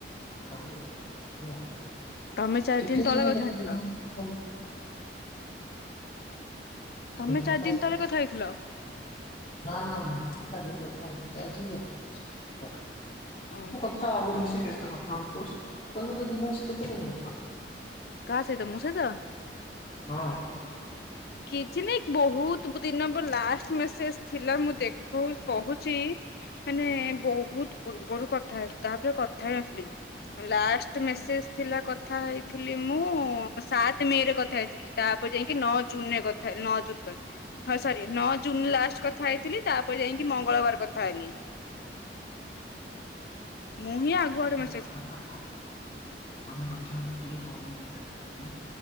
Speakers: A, on the left (about 35°); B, on the left (about 60°).
A: ତଳେ କଥା ହେଇଥିଲେ ନା।
B: ତମେ ଚାରି
A: କେତେ
B: ଦିନ ତଳେ
A: ସମୟ
B: କଥା
A: ଲେଖା
B: ହେଇଥିଲ।
A: ଦିନରେ କଥା ହୋଉଚୁ।
B: ତମେ
A: ଦିନକୁ
B: ଚାରି
A: ତା
B: ଦିନି
A: ସହିତ
B: ତଳେ କଥା ହେଇଥିଲ।
A: ନା ନା ମୁଁ କାଲି କଥା ହେଇଥିଲି ଆଜି ମୁଁ କଥା <unintelligible>
B: ଉଁ ହୁଁ।
A: କଥାହବ ବୋଲି ସିଏ ବେଶୀ ତ କଥା ହୋଉଥିବ ତମସହ ଦିନକୁ ସିଏ କେତେ ଟାଇମ କଥା ହୋଉଚି।
B: କା ସହିତ ମୋ ସହିତ।
A: ହଁ ଆଚ୍ଛା
B: କିଛି ନାଇଁ ବହୁତ ଦିନ ପରେ ଲାଷ୍ଟ ମେସେଜ ଥିଲା ମୁଁ ଦେଖୋ କହୁଚି। ମାନେ ବହୁତ ପୂର୍ବରୁ କଥା ହେ ତାପରେ କଥା ହେଇନି। ଲାଷ୍ଟ ମେସେଜ ଥିଲା କଥା ହେଇଥି ଥିଲି ମୁଁ ସାତ ମେ ରେ କଥା ହେଇଥିଲି ତାପରେ ଯାଇକି ନଅ ଜୁନ ରେ କଥା ହେ ନଅ ଜୁନ କ ହଁ ସରି ନଅ ଜୁନ ଲାଷ୍ଟ କଥା ହେଇଥିଲି ତାପରେ ଯାଇକି ମଙ୍ଗଳବାର କଥା ହେଲି। ମୁଁ ହିଁ ଆଗୁଆଡେ ମେ
A: <unintelligible> ତମେ କଥା ହୋଉଚ ଟିକେ <unintelligible>